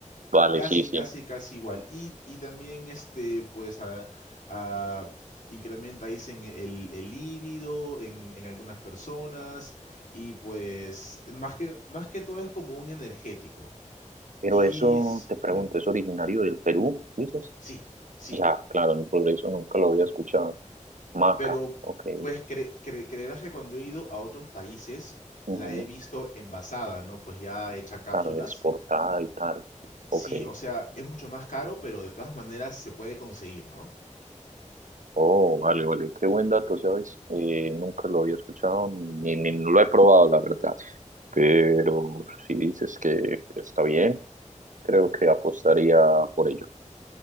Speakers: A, on the right; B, on the left.
A: vale,
B: Casi,
A: sí, sí.
B: casi, casi igual. Y, y también este, pues, a- a- incrementa, dicen, el, el líbido en, en algunas personas. Y pues, más que, más que todo es como un energético.
A: Pero
B: Y
A: eso,
B: s-
A: te pregunto,
B: ujú,
A: ¿es originario del Perú, dices?
B: sí, sí.
A: Ya, claro, en el progreso nunca lo había escuchado. Maca,
B: Pero,
A: ok.
B: pues, cre- cre- creerás que cuando he ido a otros países,
A: ujú,
B: la he visto envasada, ¿no? Pues ya hecha cápsulas.
A: Claro, exportada y tal. Ok.
B: Sí, o sea, es mucho más caro, pero de todas maneras se puede conseguir, ¿no?
A: Oh, vale, vale. Qué buen dato, ¿sabes? Eh, nunca lo había escuchado ni, ni lo he probado, la verdad. Pero si dices que está bien, creo que apostaría por ello.